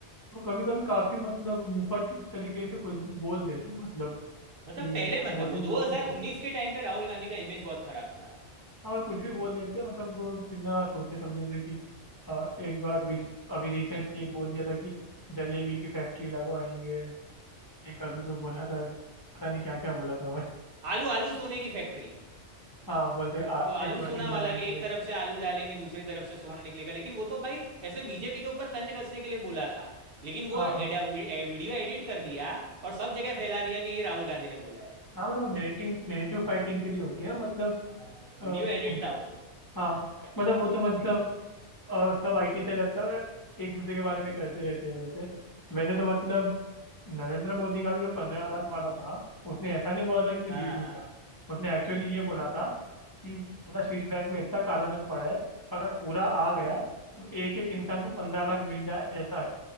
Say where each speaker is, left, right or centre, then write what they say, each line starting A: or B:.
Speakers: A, on the left; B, on the right.
A: वो कभी कभी काफी मतलब मुफट तरीके से कुछ भी बोल देते हैं मतलब
B: मतलब
A: कि
B: पहले मतलब
A: बोलने
B: वो
A: की
B: 2019
A: जरूरत नहीं होती
B: के टाइम पे राहुल गांधी का इमेज बहुत खराब था
A: हाँ वो कुछ भी बोल देते हैं मतलब वो बिना सोचे समझे से कि आ, एक बार बीच अभी रिसेंटली एक बोल दिया था कि जलेबी की फैक्ट्री लगवाएंगे एक अभी तो बोला था पता नहीं क्या क्या बोला था और
B: आलू आलू सोने की फैक्ट्री
A: हाँ बोलते आ,
B: वो आलू
A: एक मशीन
B: सोना
A: बनाएंगे
B: वाला के एक तरफ से आलू डालेंगे दूसरी तरफ से सोना
A: हाँ
B: निकलेगा लेकिन वो तो भाई ऐसे बीजेपी के ऊपर तंज कसने के लिए बोला था लेकिन वो
A: हाँ
B: एडा-
A: हाँ
B: वी- ए- वीडियो एडिट कर दिया और सब जगह फैला दिया कि ये राहुल गांधी ने बोला है
A: हाँ, मतलब नेरेटिंग नेरेटिव फाइटिंग के लिए होती है मतलब
B: हाँ, वीडियो
A: आ,
B: एडिट
A: उन-
B: था वो
A: हाँ मतलब वो तो मतलब और सब आईटी से लगता है एक दूसरे के बारे में करते रहते हैं वैसे वैसे तो
B: हाँ
A: मतलब नरेंद्र मोदी का भी जो पंद्रह लाख वाला था उसने ऐसा नहीं बोला था कि मैं
B: हाँ
A: दे दूंगा
B: हाँ
A: उसने
B: हाँ
A: एक्चुअली ये बोला था कि मतलब शीर्ष बैंक में इतना काला धन पड़ा है अगर पूरा आ गया तो एक एक इंसान को पंद्रह लाख मिल जाए ऐसा है